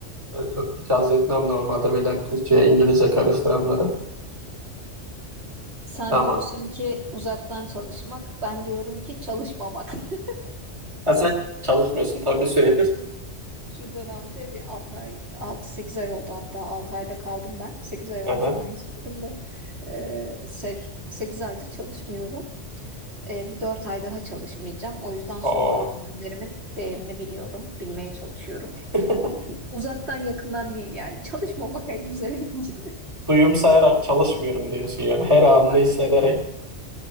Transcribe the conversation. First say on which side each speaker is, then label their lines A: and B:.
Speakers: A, on the right; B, on the right.
A: Ben Çok hiç haz etmem normalde böyle Türkçe'ye İngilizce karıştıranları.
B: Sen
A: Ama
B: diyorsun ki uzaktan çalışmak, ben diyorum ki çalışmamak. <laughs>
A: Ha, sen çalışmıyorsun tabii bir süredir.
B: Ben şu şu dönemde bir 6 ay, 6 sekiz ay oldu hatta 6 ayda kaldım ben. 8 ay
A: Aha.
B: olmuş bugün saydım da. Ee, şey, 8 aydır çalışmıyorum. Ee, bir 4 ay daha çalışmayacağım. O yüzden son
A: Aa.
B: kalan günlerimin değerini biliyorum, bilmeye çalışıyorum.
A: <laughs>
B: Uzaktan yakından değil yani. Çalışmamak en güzeli bence.
A: Duyum sayarak çalışmıyorum diyorsun yani. Her anını
B: Aynen.
A: hissederek.
B: öyle.